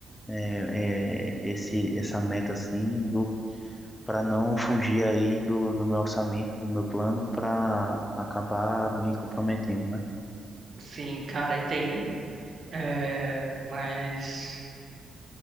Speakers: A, on the left; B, on the right.
A: é, é, esse, essa meta assim, do, para não fugir aí do, do meu orçamento, do meu plano, para acabar me comprometendo, né?
B: Sim, cara, entendo. É, mas